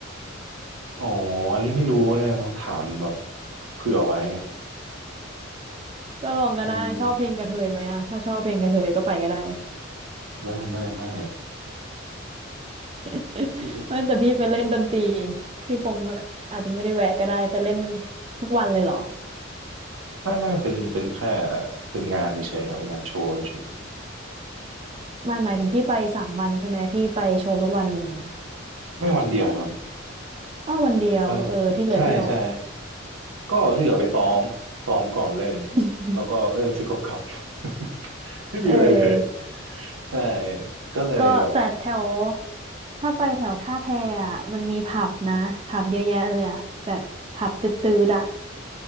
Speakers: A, on the right; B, on the right.
A: อ๋ออันนี้ไม่รู้นะลองถามแบบเผื่อไว้ไง
B: ก็ลองก็ได้ชอบเพลงกระเทยไหมอะถ้าชอบเพลงกระเทยก็ไปก็ได้
A: อืมไม่ไม่ไม่
B: <laughs>
A: ไม
B: ไม่แต่พี่ไปเล่นดนตรีพี่คงแบบอาจจะไม่ได้แวะก็ได้ไปเล่นทุกวันเลยเหรอ
A: ่ไม่เป็นเป็นแค่เป็นงานเฉยๆครับงานโชว์เฉย
B: ไม่หมายถึงพี่ไปสามวันใช่ไหมพี่ไปโชว์ทุกวันเลยไหมอะ
A: ๆไม่วันเดียวครับ
B: อ้อวันเดียวเออที่เหลือเที่ยว
A: ไปใช่ใช่ก็ที่เหลือไปซ้อมซ้อมก่อนเล่น
B: <laughs>
A: แล้วก็เล่นเสร็จก็กลับ <laughs> ไม่มีอะไรเลย
B: เออ
A: ใช่ก็เลยแบบ
B: ก็แต่แถวถ้าไปแถวท่าแพอ่ะมันมีผับนะผับเยอะแยะเลยอ่ะแบบผับตืดๆอ่ะ